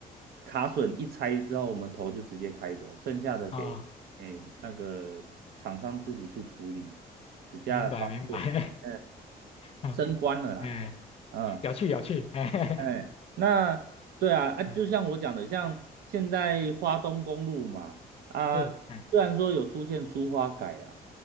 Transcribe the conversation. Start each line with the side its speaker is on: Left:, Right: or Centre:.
Right: 卡榫一拆之后，我们头就直接开走，剩下的给诶那个厂商自己去处理，
Left: 哦，
Right: 比较方便。
Left: 明白明白，
Right: 嗯，
Left: <laughs> 嗯
Right: 升官了啦，
Left: 哎，
Right: 嗯，
Left: 有趣有趣，哎哎
Right: 哎，那对啊，啊，就像我讲的，
Left: 哎
Right: 像现在花东公路嘛，啊，
Left: 是哎
Right: 虽然说有出现疏花改啦，